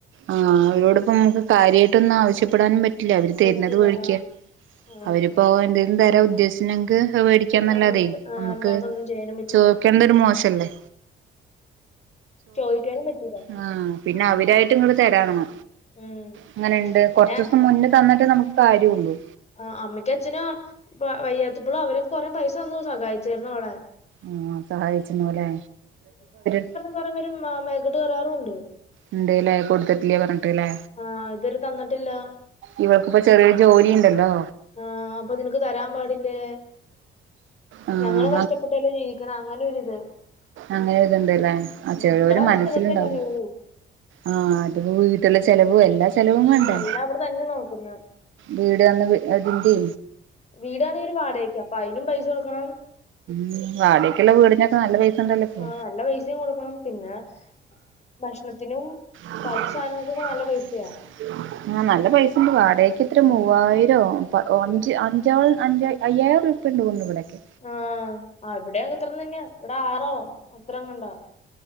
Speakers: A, on the right; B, on the left.
A: ആഹ് അവരോടൊപ്പം നമുക്ക് കാര്യയിട്ടൊന്നും ആവശ്യപ്പെടാനും പറ്റില്ല അവര് തരുന്നത്
B: പറ്റൂല
A: വെടിക്കാ
B: ആഹ് ആഹ്
A: അവര്പ്പോ എന്തെങ്കിലും തരാം ഉദ്ദേശിഷിനെങ്കി അഹ് വേടി ക്കാൻ നല്ലതെനമ്മുക്ക്
B: ആഹ് ആഹ് അല്ലാതൊന്നും ചെയ്യാനും പറ്റില്ല
A: ചോദിക്കേണ്ട ഒരു മോശല്ലേ
B: ചോയിക്കാനും പറ്റൂല
A: ആ പിന്നെ അവരായിട്ടും ഇങ്ങട്ട് തരാണ്
B: ഉം
A: അങ്ങനെയുണ്ട്
B: പിന്നെ
A: കൊറച്ചൂസം മുന്നേ തന്നിട്ട് നമുക്ക് കാര്യള്ളൂ
B: ആ അമ്മക്ക് അച്ചന് വയ്യാത്തപ്പോളും അവര കൊറെ പൈസ തന്നു സഹായിച്ചായിരുന്നു അവളെ
A: ആഹ് സഹായിച്ചിണു ലെ <unintelligible>
B: കുറെേ പേരു മേക്കട്ട് കേറാരും ഉണ്ട്‌
A: ഉണ്ട്ല്ലേ കൊടുത്തിട്ടില്ലേ പറഞ്ഞിട്ടല്ലേ
B: ആഹ് ഇതുവരെ തന്നിട്ടില്ല
A: ഇവൾക്കിപ്പോ ചെറ്യാ ജോലി ഇണ്ടല്ലോ.
B: ആഹ് അപ്പം നിനക്ക് തരാൻ പാടില്ലേ
A: ആഹ്
B: ഞങ്ങളും കഷ്ടപ്പെട്ടല്ലേ ജീവി ക്ണ അങ്ങനെൊരിത്.
A: അങ്ങനൊരിത്ണ്ട് ലെ ആ ചെലോര്
B: ഇവക്കടെ അവസ്ഥ
A: മൻസ്സില്ണ്ടാവെ.
B: ഇവക്കല്ലേ അറിയൂ
A: ആഹ് അത്‌മ്പോ വീട്ടിലെ
B: ഉം
A: ചെലവും എല്ലാ ചെലവും വേണ്ടേ?
B: എല്ലാം അവിടെ തന്നെ നോക്കുന്നെ
A: വീട് വന്ന് അതിന്റെ
B: വീടാണേ ഒരു വാടകയ്ക്ക അപ്പയ്നും പൈസ കൊട്ക്കണം.
A: മ് വാടെക്ക്ള്ള വീടിനൊക്കെ നല്ല പൈസണ്ടല്ലോ ഇപ്പോ.
B: ആഹ് നല്ല പൈസയും കൊടുക്കണം പിന്നെ ഭക്ഷണത്തിനും
A: <inaudible>
B: ബാക്കി സാധനങ്ങൾക്കൊക്കെ നല്ല പൈസയാ
A: ആ നല്ല പൈസണ്ട് വാടക്യക്ക് എത്ര
B: ഉം
A: മൂവായിരോ പ അഞ്ച്
B: ഉം
A: അ <unintelligible> അയ്യായിരൊർപ്യണ്ട്ന്ന് തോന്ന്ണ് ഇവടൊക്കെ.
B: ആഹ് അവ്ടെക്കത്രം തന്ന്യാ അവിടെ ആറോ അത്രങ്ങാണ്ടാ.